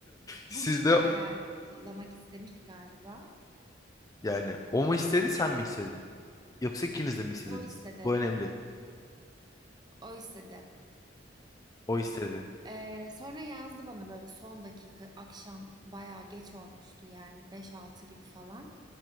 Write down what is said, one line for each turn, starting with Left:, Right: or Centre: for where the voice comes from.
Left: siz
Right: Bugünü
Left: de
Right: ayarlamak istemiş galiba.
Left: yani o mu istedi sen mi istedin? Yoksa ikiniz de mi istediniz?
Right: O istedi.
Left: Bu önemli.
Right: O istedi.
Left: O istedi.
Right: Ee, sonra yazdı bana böyle son dakika akşam bayağı geç olmuştu yani beş altı gibi falan.